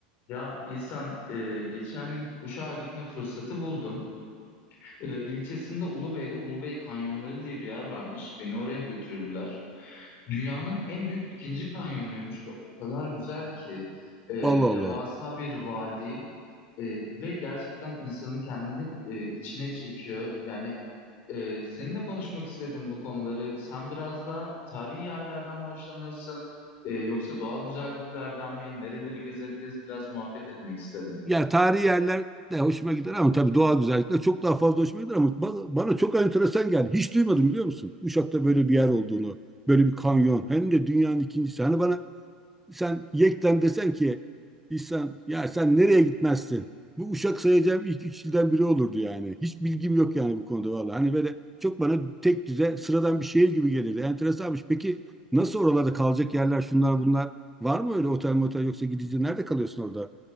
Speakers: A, on the left; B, in the centre.
A: Ya İhsan, e, geçen gün Uşak'a gitme fırsatı buldum. E, ilçesinde Ulubey'de Ulubey Kanyonları diye bir yer varmış. Beni oraya götürdüler. Dünyanın en büyük ikinci kanyonuymuş ve o kadar güzel ki. E,
B: Allah Allah.
A: devasa bir vadi. E, ve gerçekten insanı kendini e, içine çekiyor. Yani e, seninle konuşmak istedim bu konuları. Sen biraz daha tarihi yerlerden mi hoşlanırsın, E, yoksa doğal güzelliklerden mi? Nereleri gezebiliriz? Biraz muhabbet etmek istedim.
B: Yani tarihi yerler de hoşuma gider ama tabii doğal güzellikler çok daha fazla hoşuma gider ama ba- bana çok enteresan geldi. Hiç duymadım biliyor musun? Uşak'ta böyle bir yer olduğunu, böyle bir kanyon. Hem de dünyanın ikincisi. Hani bana sen yekten desen ki İhsan ya sen nereye gitmezsin? Bu Uşak sayacağım ilk üç ilden biri olurdu yani. Hiç bilgim yok yani bu konuda vallahi. Hani böyle çok bana tek düze sıradan bir şehir gibi gelirdi. Enteresanmış. Peki nasıl oralarda kalacak yerler şunlar bunlar? Var mı öyle otel motel yoksa gidici nerede kalıyorsun orada?